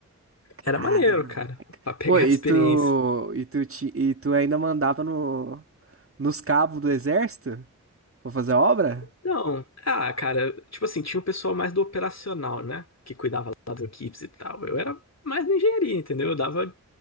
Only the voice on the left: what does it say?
era maneiro, cara, pra pegar
a experiência.
Não, ah, cara, tipo assim, tinha o pessoal mais do operacional, né? Que cuidava lá das equipes e tal. Eu era mais na engenharia, entendeu? Eu dava